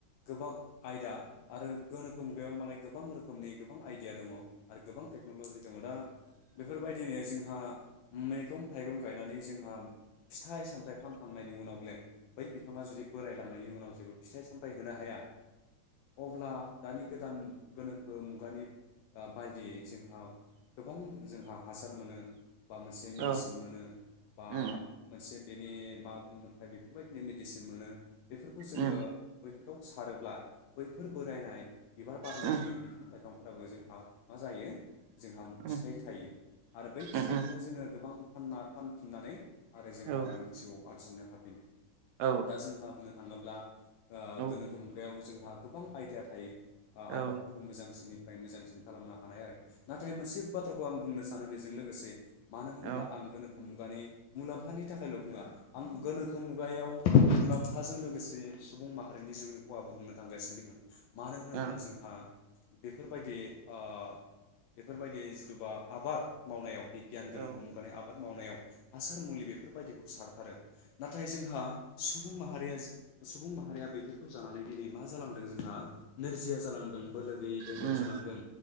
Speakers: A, on the left; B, on the right.
A: गोबां आयदा आरो गोनोखो मुगायाव माने गोबां रोखोमनि गोबां आयदिया दङ आरो गोबां टेक टेकन'लजि दङदा बेफोरबायदिनो जोंहा मैगं थाइगं गायनानै माने जोंहा फिथाइ सामथाइ फानखांनायनि उनाव बेे बै बिफाङा जुदि बोरायलांनायनि उनाव जेबो फिथाइ सामथाइ होनो हाया अब्ला दानि गोदान गोनोखो मुगानि ओ बायदियै जोंहा गोबां जोंहा हासार मोनो बा मोनसे मेडिसिन
B: औ
A: मोनो बा
B: उम
A: मोनसे बेनि मा बुङो मोनथाय बेखौ बेबायदिनो मेडिसिन मोनो बेफोरखौ जोङो
B: उम
A: फोराव सारोब्ला बैफोर बोरायनाय बिबार बारनो
B: उम
A: रोङि बिफां लाइफां फोराबो जोंहा मा जायो जोंहा फिथाइ
B: उम
A: थायो आरो बै फिथाइखोनो
B: उम
A: जोङो गोबां फाना फानफिननानै आरो जोंहा
B: औ
A: रां जिउआव आरजिनो हाफिनो
B: औ
A: दा जोंहा बुङो थाङोब्ला ओ
B: औ
A: गोनोखो मुगायाव जोंहा गोबां आइदिया थायो ओ आबादफोरखौ
B: औ
A: मोजांसिननिफ्राय मोजांसिन खालामनो हानाय आरो नाथाय मोनसे बाथ्रा खौ आं बुंनो सानो बेजों लोगोसे मानो होनोब्ला
B: औ
A: आं गोनोखो मुगानि मुलाम्फानि थाखायल' बुङा आं गोनोखो मुगायाव मुलाम्फाजों लोगोसे सुबुं माहारिनि जिउनि खहाबो बुंनो थांगासिनो दङ मानो होनोब्ला
B: औ
A: जोंहा बेफोरबायदि ओ बेफोरबायदि दुबा आबाद मावनायाव बिगियान गोनोखो
B: औ
A: मुगानि आबाद मावनायाव हासार मुलि बेफोरबायदिखौ सारथारो नाथाय जोंहा सुबुं माहारिया सुबुं माहारिया बेफोरखौ जानानै दिनै मा जालांदों जोंहा नोरजिया जालांदों बोलो गैयै देहायाव
B: उम
A: जालांदों